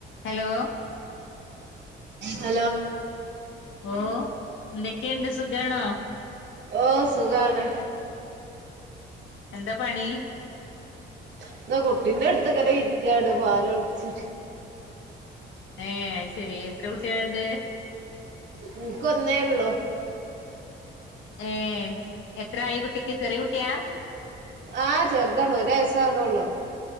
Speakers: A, on the left (about 75°); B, on the right (about 65°).
A: ഹലോ
B: ഉ
A: ഓ എന്തൊക്കെയുണ്ട് സുഖണോ
B: ഓ സുഖാനെ
A: എന്താ പണി
B: എന്നാ കുട്ടീന്റെ അടുത്തൊക്കെന ഇരിക്കയാണ് പോാന ഒടിച്ചിട്ട്
A: ഏ ശെരി എത്ര കുട്ടികള ഉണ്ട്
B: ഇനക്ക്ൊന്നേള്ളോ
A: ഏ എത്ര ആായി കുട്ടിക്ക് ചെറിയ കുട്ടിയാ
B: ആഹ് ചെറുതാണോ ഒയസാവണള്ളോ